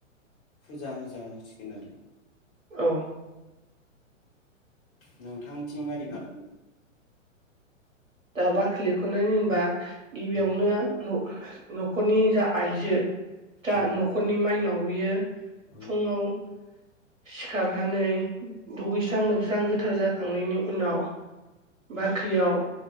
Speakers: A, on the left; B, on the right.
A: फुजा हो जा होसिगोन आरो
B: औ
A: नोंथांथिं मोरै खालामो
B: दा बाख्रि लिरख'नानै होनबा गिबियावनो
A: औ
B: न'खरनि जा आइजो दा
A: उम
B: न'खरनि माइनाव बियो
A: औ
B: फुङाव सिखारनानै दुगैस्रां लोबस्रां गोथार जाखांनायनि उनाव बाख्रियाव